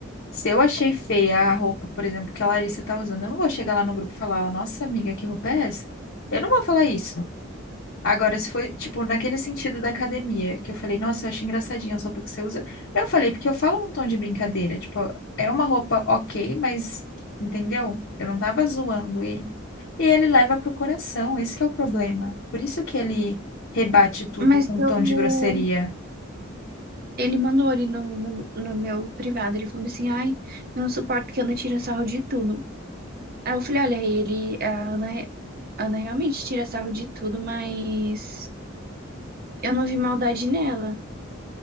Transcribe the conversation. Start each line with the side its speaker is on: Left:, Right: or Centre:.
Left: Se eu achei feia a roupa, por exemplo, que a Larissa tá usando, eu não vou chegar lá no grupo e falar, nossa, amiga, que roupa é essa? Eu não vou falar isso. Agora, se foi, tipo, naquele sentido da academia, que eu falei, nossa, eu acho engraçadinha a roupa que você usa. Eu falei, porque eu falo num tom de brincadeira, tipo, é uma roupa ok, mas, entendeu? Eu não tava zoando ele. E ele leva pro coração, esse que é o problema. Por isso que ele rebate tudo
Right: Mas
Left: com um
Right: eu...
Left: tom de grosseria.
Right: ele mandou ali no, no, no meu privado, ele falou assim, ai, eu não suporto que a Ana tira sarro de tudo. Aí eu falei, olha, Rei, ele, a Ana, a Ana realmente tira sarro de tudo, mas eu não vi maldade nela.